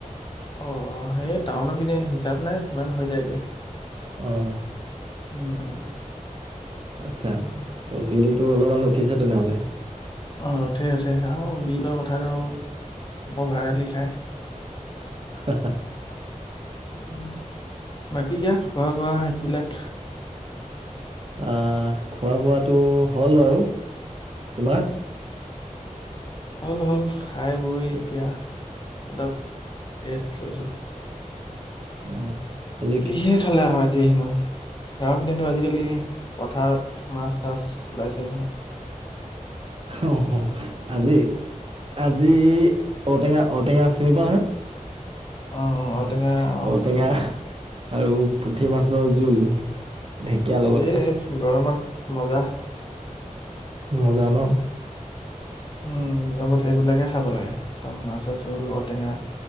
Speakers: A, on the left; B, on the right.
A: অ-অ সেই টাউনৰত পিনে হিচাপ নাই কিমান হৈ যায়গে।
B: আহঁ
A: উম-উম,
B: আচ্ছা, ত' বিলতটো অলপমান উঠিছে তেনেহলে।
A: অ', উঠে উঠে আৰু অ', বিলৰ কথাটো অভাড়ালি খাই।
B: <inaudible>
A: অ', বাকী কা খোৱা বোৱা সেইবিলাক
B: অ', খোৱা বোৱাটো হ'ল বাৰু, তোমাৰ?
A: হ'ল হ'ল খাই বৈ এতিয়া। দ' এই লৈছো।
B: অ'। আজি
A: কিহে
B: কি
A: খালে আজি হেনো? গাঁৱৰ পিধাটো আজিকালি পথাৰত মাছ চাছ ওলাইছে নহয়।
B: অ', হ'। আজি, আজি ঔটেঙা, ঔটেঙা চিনি পোৱা নহয়।
A: অ',
B: উম
A: অ', তেনেকে অ',
B: ঔটেঙা
A: চিনি পাওঁ।
B: আৰু পুঠি মাছৰ জোল ঢেকীয়াৰ লগতে
A: এ গৰমত মজা।
B: মজা ন'।
A: উম, গৰমত সেইবিলাকে খাব লাগে ত' মাছৰ জোল ঔটেঙা।